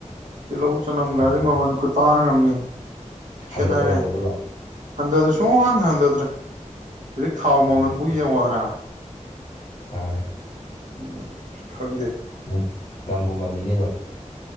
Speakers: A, on the right; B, on the left.
A: ꯇꯤꯜꯍꯧ ꯆꯅꯝꯒꯥꯁꯦ
B: ꯑꯣ
A: ꯃꯃꯜ ꯈꯨꯇꯥꯡꯉꯝꯅꯤ ꯎꯝ ꯈꯅꯔꯦ
B: ꯍꯟꯊꯗ꯭ꯔꯦꯕ ꯑꯗꯨꯒ
A: ꯑꯗꯗ ꯁꯨ ꯅꯗꯗ꯭ꯔꯦ ꯍꯧꯖꯤꯛ ꯈꯥꯎ ꯃꯃꯟꯕꯨ
B: ꯎꯝ
A: ꯌꯦꯡꯉꯣꯗꯅ
B: ꯃꯥꯅꯦ
A: ꯎ ꯈꯪꯗꯦ
B: ꯎꯝ ꯉꯝꯕꯨ ꯉꯝꯃꯤꯅꯦ ꯅꯣꯏ